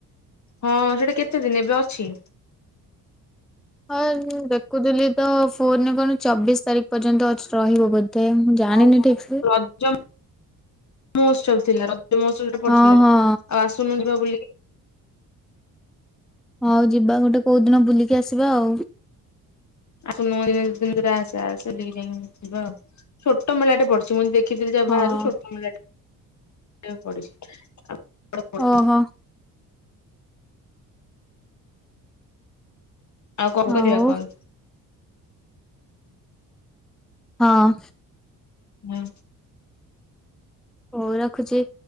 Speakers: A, on the left; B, in the centre.
A: ହଁ ସେଟା କେତେ ଦିନ ଏବେ ଅଛି।
B: ହଁ ମୁଁ ଦେଖୁଥିଲି ତ ଫୋନ ରେ କଣ ଚବିଶ ତାରିଖ ପର୍ଯ୍ୟନ୍ତ ଅଛି ରହିବ ବୋଧେ। ଜାଣିନି
A: ଆଉ କଣ
B: ଠିକ ସେ।
A: ରଜ ମହୋତ୍ସବ ଥିଲା ରଜ ମହୋତ୍ସବ। ପଡିଥିଲା
B: ହଁ ହଁ
A: ଆଉ ଆସୁନୁ ଯିବା ବୁଲିକି
B: ହଉ ଯିବା ଗୋଟେ କୋଉ ଦିନ ବୁଲିକି ଆସିବା ଆଉ।
A: ଆସୁନୁ ଦିନେ ଦି ଦିନ ଭିତରେ ଆସେ ଆସେ ବୁଲି ଯାଇଁ ଯିବା ଆଉ। ଛୋଟ ମେଳା ଟେ ପଡିଛି ମୁଁ ଦେଖଥିଲି ଯା
B: ହଁ
A: ବାହାରୁ ଛୋଟ ମେଳାଟେ। ପଡିଛି <unintelligible>
B: ଓ ହଁ।
A: ଆଉ କଣ
B: ହଉ
A: କରିବା କଲ।
B: ହଁ।
A: ହୁଁ।
B: ହଉ ରଖୁଛି।